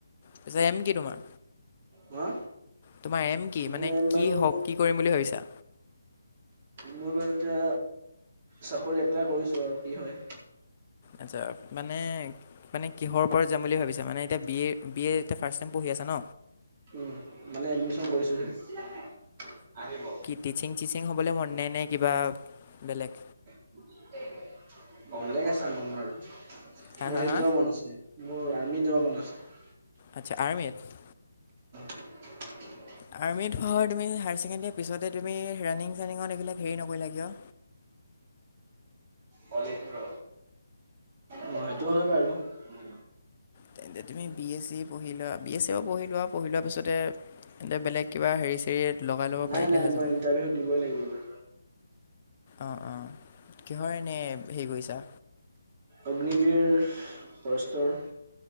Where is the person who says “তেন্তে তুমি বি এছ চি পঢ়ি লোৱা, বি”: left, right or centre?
Left